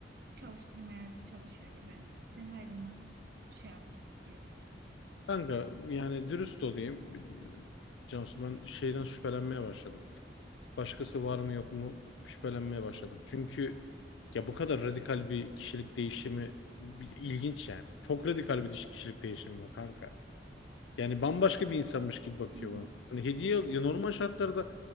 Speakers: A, on the right (about 55°); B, on the left (about 80°).
A: çalıştırmaya çalışıyor gibi. Senin ayrılmanı şey yapmak istiyor.
B: Kanka yani dürüst olayım. Cansu ben şeyden şüphelenmeye başladım. başkası var mı yok mu şüphelenmeye başladım. Çünkü ya bu kadar radikal bir kişilik değişimi bir- ilginç yani. Çok radikal bir diş- kişilik değişimi var kanka. Yani bambaşka bir insanmış gibi bakıyor
A: Hı hı.
B: bana. Hani hediye al- ya normal şartlarda